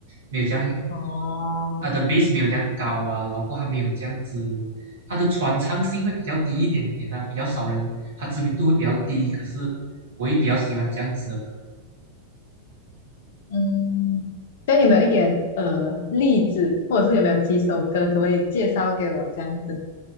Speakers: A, on the right (about 60°); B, on the left (about 55°).
A: 没有这样。
B: 哦，
A: 它的 base 没有这样高啊，然后还没有这样子，它的传唱性会比较低一点点啊，比较少人，它知名度会比较低。可是我也比较喜欢这样子的歌
B: 嗯，这样有没有一点呃例子，或者是有没有几首歌，可不可以介绍给我这样子？